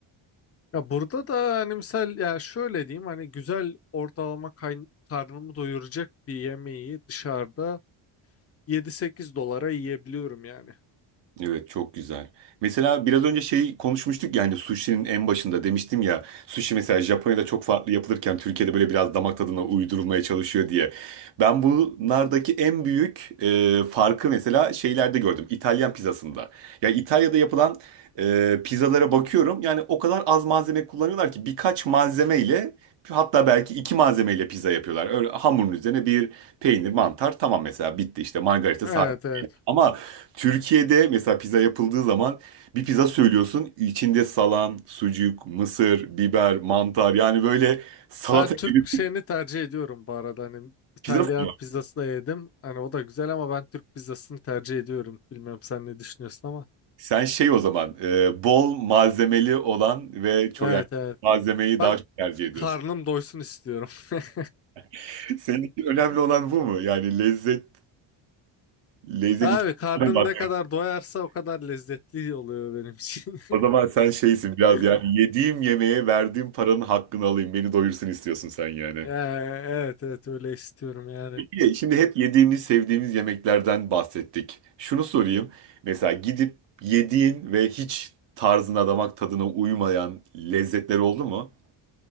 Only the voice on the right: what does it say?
Evet çok güzel. Mesela biraz önce şey konuşmuştuk ya hani sushi'nin en başında demiştim ya sushi mesela Japonya'da çok farklı yapılırken Türkiye'de böyle biraz damak tadına uydurulmaya çalışıyor diye. Ben bunlardaki en büyük e, farkı mesela şeylerde gördüm. İtalyan pizzasında. Ya İtalya'da yapılan e, pizzalara bakıyorum yani o kadar az malzeme kullanıyorlar ki birkaç malzemeyle hatta belki iki malzemeyle pizza yapıyorlar. Öyle hamurun üzerine bir peynir, mantar tamam mesela bitti işte margarita
ama Türkiye'de mesela pizza yapıldığı zaman bir pizza söylüyorsun. içinde salam, sucuk, mısır, biber, mantar yani böyle salata
gibi
bir
pizza söylüyorsun.
Sen şey o zaman e, bol malzemeli olan ve çok
yani
malzemeyi daha
çok tercih ediyorsun.
<laughs> Senin için önemli olan bu mu? Yani lezzet, lezzet
için
önemli. olan.
O zaman sen şeysin biraz
yani yediğim yemeğe verdiğim paranın hakkını alayım beni doyursun istiyorsun sen yani.
Peki, şimdi hep yediğimiz, sevdiğimiz yemeklerden bahsettik. Şunu sorayım. Mesela gidip yediğin ve hiç tarzına, damak tadına uymayan lezzetler oldu mu?